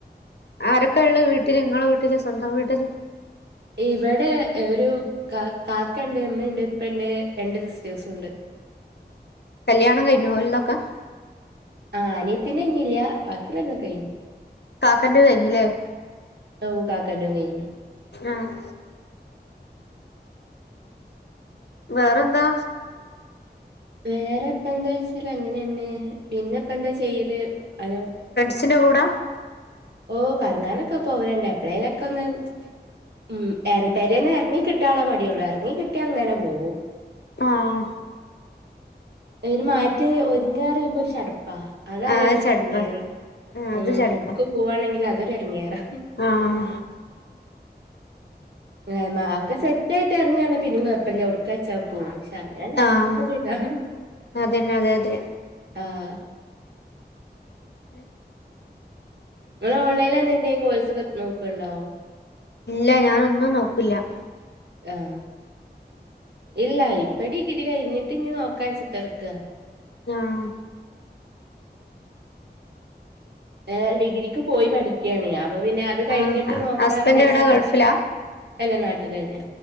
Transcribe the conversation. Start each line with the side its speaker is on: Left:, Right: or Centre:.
Left: ആരൊക്കെ ഇള്ള വീട്ടില് നിങ്ങളെ വീട്ടില് സ്വന്തം വീട്ടില്
Right: ഇവിടെ ഒരു കാ കാക്ക ഇണ്ട് ഇമ്മണ്ട് ഇപ്പന്റെ രണ്ട് സിസ്റ്റേഴ്സു ഇണ്ട്
Left: കല്യാണം കഴിഞ്ഞോ ഓൾലൊക്കെ
Right: ആഹ് അനിയത്തിന്റെ കഴിഞ്ഞില്ല ബാക്കിലൊക്കെ കഴിഞ്ഞ്
Left: കാക്കന്റെ കഴിഞ്ഞ്ല്ലേ
Right: ഓഹ് കാക്കന്റെം കഴിഞ്ഞ്
Left: ആഹ് വേറെന്താ
Right: വേറെപ്പ എന്താ വെച്ചാല് അങ്ങനെന്നെ പിന്നെപ്പ എന്താ ചെയ്യല് അത്
Left: സ്ന്റെ കൂടാ
Right: ഓഹ് കർങ്ങാനൊക്കെ പോവല്ണ്ട് എപ്പ്ളേലൊക്കെ ഒന്ന് ഉം ഏറ് പെര്യയ്ന്ന് എർങ്ങി കിട്ടാള്ള മടിയൊള്ളൂ എർങ്ങി കിട്ടിയാ അങ്ങനെ പോവൂ
Left: ആഹ്
Right: ഒര് മാറ്റ് ഒര്ങ്ങാറിമ്പോ ഒരു ചട്പ്പാ അതാലോയ്ച്ചുബ്ളാ
Left: ആഹ് ചടുപ്പ
Right: എട്ങ്ങേറ്
Left: ആഹ്
Right: ഉം
Left: അത് ചടുപ്പ
Right: ഒട്ക്ക് പോവാണെങ്കിലും അതൊരെട്ങ്ങേറാ
Left: ആഹ്
Right: ങ്ങനെ അഒക്കെ സെറ്റായിട്ട് എറ്ങ്ങാണെ പിന്നിം കൊഴ്പ്പല്ല ഒട്ക്കാച്ചാ പോകും അങ്ങനെൺ
Left: ആഹ്
Right: എറ്ങ്ങുമ്പൊര് ഇതാണ്
Left: അതന്നെ അതെ അതെ
Right: ആഹ്
Left: ഹ്
Right: ങ്ങള് ഓൺലൈനിൽ എന്തെ എന്തെം കോഴ്സൊക്കെ നോക്ക്ണ്ടോ
Left: ഇല്ല ഞാനൊന്നും നോക്ക്ല്ല
Right: ആഹ് ഇല്ല ഇപ്പ ടിഗ്രി കഴിഞ്ഞിട്ട് ഇഞ് നോക്കാച്ച് ഇത്തർക്കാ
Left: ആഹ്
Right: ഏഹ് ഡിഗ്രിക്ക് പോയി പഠിക്കാണ് അപ്പൊ പിന്നെ അത് കഴിഞ്ഞിട്ട്
Left: ആഹ്
Right: നോക്കാ
Left: ഹസ്ബൻഡ്
Right: വിചാരിച്ചാണ്
Left: എവിടാ ഗൾഫിലാ
Right: അല്ല നാട്ടിലന്നെ